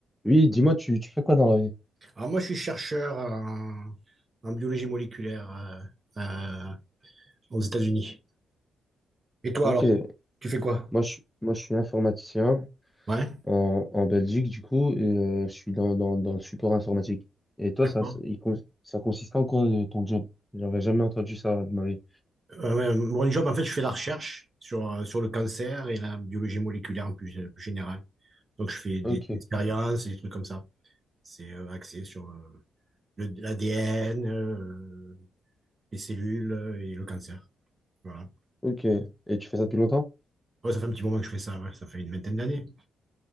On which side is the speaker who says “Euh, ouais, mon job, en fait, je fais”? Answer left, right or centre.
Right